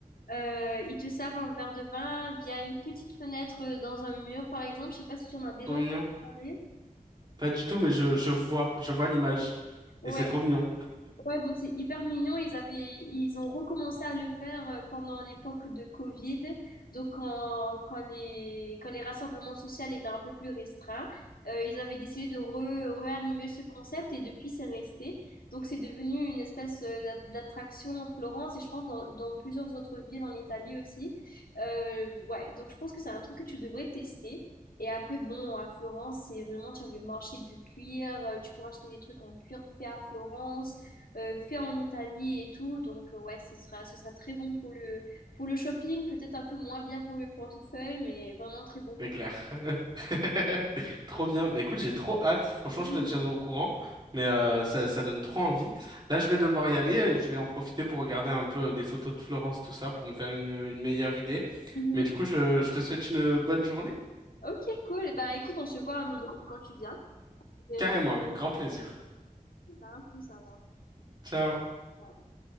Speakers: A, on the left; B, on the right.
A: Euh, ils te servent un verre de vin via une petite fenêtre euh, dans un mur, par exemple. Je sais pas si tu en as déjà
B: Trop mignon.
A: entendu parler.
B: Pas du tout, mais je, je vois, je vois l'image.
A: Ouais,
B: Et c'est trop mignon,
A: Ouais, donc c'est hyper mignon. Ils avaient, ils ont recommencé à le faire euh, pendant l'époque de Covid. Donc, quand, quand les, quand les rassemblements sociaux étaient un peu plus restreints, euh, ils avaient décidé de re- réanimer ce concept et depuis, c'est resté. Donc, c'est devenu une espèce euh, d'a- d'attraction en Florence et je pense dans, dans plusieurs autres villes en Italie aussi. Euh, ouais, donc je pense que c'est un truc que tu devrais tester. Et après, bon, à Florence, c'est vraiment, tu as le marché du cuir, euh, tu pourras acheter des truits en cuir fait à Florence euh, fait en Italie et tout. Donc, euh, ouais, ce sera, ce sera très bon pour le, pour le shopping, peut-être un peu moins bien pour le portefeuille, mais vraiment très bon
B: c'est
A: pour
B: clair.
A: les.
B: <laughs> Trop bien. Bah écoute, j'ai trop hâte. Franchement,
A: Mhm.
B: je te tiendrai au courant. Mais euh, ça, ça donne trop envie. Là, je vais devoir y aller. euh, Je vais en profiter pour regarder un peu euh, des photos de Florence, tout ça, pour me faire une, une meilleure idée.
A: Mhm.
B: Mais du coup, je, je te souhaite une bonne journée.
A: Ok, cool. Bah, écoute, on se voit à Milan quand tu viens. Et,
B: Carrément,
A: euh,
B: avec grand plaisir.
A: bah, à plus alors.
B: Ciao.
A: Ciao.